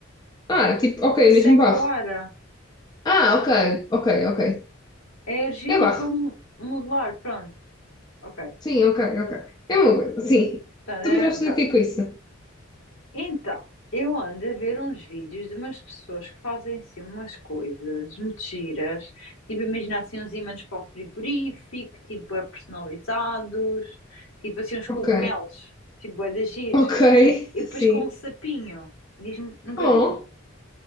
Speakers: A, on the left; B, on the left.
A: Ah, tipo, ok,
B: Que
A: mesmo
B: seca
A: barro.
B: ao ar.
A: Ah, ok, ok, ok.
B: É argila
A: É barro.
B: para mo- modelar. Pronto. Ok.
A: Sim, ok, ok. É uma coisa. Sim.
B: Portanto,
A: Tu
B: é-
A: me vais fazer
B: pronto.
A: o que com isso?
B: Então, eu ando a ver uns vídeos de umas pessoas que fazem assim umas coisas muito giras. Tipo, imagina assim uns ímãs para o frigorífico. Tipo, é personalizados. Tipo assim uns cogumelos.
A: Ok,
B: Tipo, é de giros.
A: ok, <laughs>
B: E, e depois
A: sim.
B: com um sapinho. Diz-me, nunca
A: Oh,
B: viste?